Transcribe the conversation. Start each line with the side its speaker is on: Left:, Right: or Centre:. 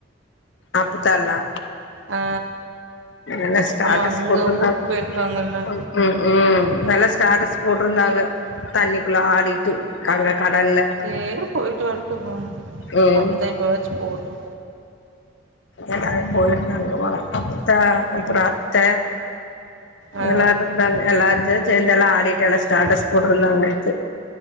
Left: அப்பதாலா
Right: ஆ
Left: எல்லா ஸ்டேட்டஸ்
Right: ஆமா அங்க
Left: போட்ருந்தாங்க
Right: ஊருக்கு போயிருக்காங்கல்ல
Left: <unintelligible> ம் ம் நல்லா ஸ்டாட்டஸ் போட்ருந்தாங்க தண்ணிக்குள்ள ஆடிட்டு அங்க கடல்ல
Right: சேர் போய்ட்டு வரட்டு போங்
Left: ம்
Right: அப்பத்தா இப்பவாச்சு போட்டு
Left: எல்லாரு போயிருந்தாங்க போல அப்பத்தா அப்றோ அத்த
Right: ஆ
Left: எல்லாரு இருந்தாங்க எல்லாருஞ்சா சேந்த எல்லா ஆடிட்டு எல்லா ஸ்டேட்டஸ் போட்டிருந்தாங்க நேத்து